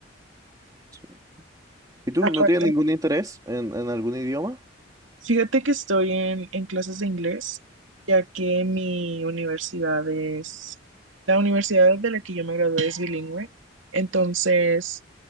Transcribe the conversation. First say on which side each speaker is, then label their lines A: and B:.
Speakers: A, on the right (about 20°); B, on the right (about 85°).
A: Sí. ¿Y tú
B: Aparte
A: no tienes ningún interés en, en algún idioma?
B: Fíjate que estoy en, en clases de inglés, ya que mi universidad es, la universidad de la que yo me gradué es bilingüe. Entonces,